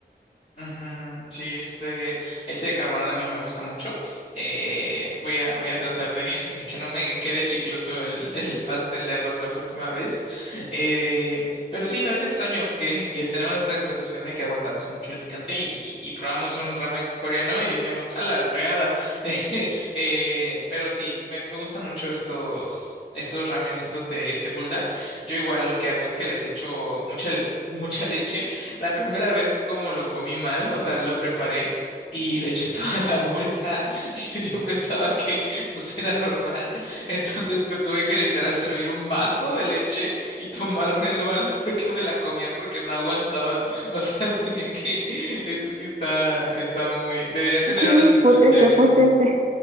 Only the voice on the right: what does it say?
Sí,
potente, potente.